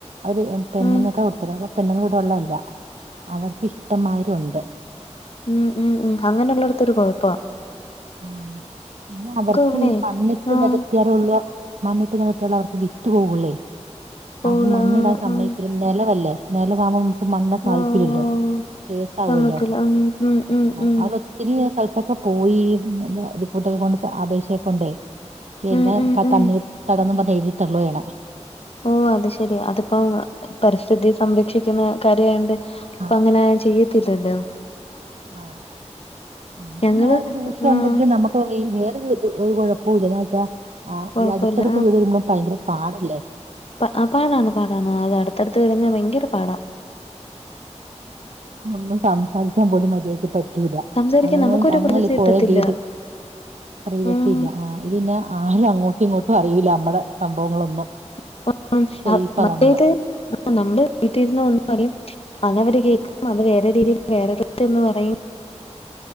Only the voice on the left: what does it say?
ഉം
ഉമ് ഉമ് ഉമ് അങ്ങനുള്ളടത്തൊരു കുഴപ്പ
ഇവിടെ
ആഹ്
പൂള്
ആഹ്
ആഹ്
ഓഹ്
സമ്മയ്ക്കൂല ഉം ഉം ഉം
ഉം
ഉം ഉം ഉം ഓഹ് അത് ശെരി അതിപ്പോം പരിസ്ഥിതി സംരക്ഷിക്കുന്ന കാര്യ ആയോണ്ട് ഇപ്പൊ
അങ്ങനെ ചെയ്യത്തില്ലല്ലോ
ഞങ്ങള്
ആഹ്
കൊഴപ്പല്ല
ആഹ് പാടാണ് പാടാണ് അത് അടുത്തടുത്ത് വരുന്നത് ഭയങ്കര പാടാ
സംസാരിക്കാൻ
നമുക്കൊരു
പ്രൈവസി
കിട്ടത്തില്ല
ഉം
<unintelligible>
ആ നമ്മുടെ വീട്ടിലിരുന്ന് ഒന്നു പറയും അതവര് കേക്കും അത് വേറെ രീതിയിൽ വേറടത്ത് ചെന്ന് പറയും